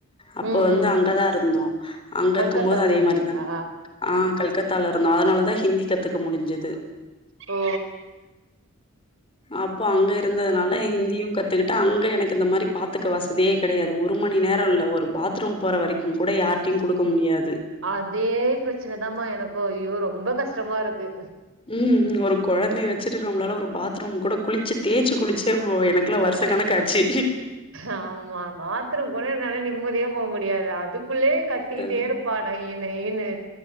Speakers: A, on the left (about 25°); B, on the right (about 60°).
A: அப்ப
B: ம்
A: வந்து
B: ம்
A: அங்கதான் இருந்தோம் அங்க
B: கல்கத்தாவுல
A: இருக்கும் போதும் அதே
B: இருந்தீங்களா
A: மாரிதான் ஆ கல்கத்தால இருந்தோம் அதனாலதான் ஹிந்தி கத்துக்க முடிஞ்சிது
B: ஓ
A: அப்போ அங்க ந்ததுனால ஹிந்தியும் கத்துக்கிட்ட அங்க எனக்கு இந்த மாரி பாத்துக்க வசதியே கடையாது ஒரு மணி நேரம் இல்ல ஒரு பாத்ரூம் போற வரைக்கும் கூட யார்டையும் குடுக்க முடியாது
B: அதே பிரச்சனதாமா எனக்கும் ஐயோ ரொம்ப கஷ்டமா இருக்கு
A: ம் ம் ஒரு கொழந்தய வச்சிட்டு நம்ளால ஒரு பாத்ரூம் கூட குளிச்சி தேச்சு குளிச்சே பொ எனக்குலாம் வருஷ கணக்காட்சி
B: ஆமாமா பாத்ரூம் கோட என்னால நிம்மதியா போ முடியாது அதுக்குள்ளே கத்திக்கிட்டே
A: அ
B: இருப்பா நைய் நைய்னு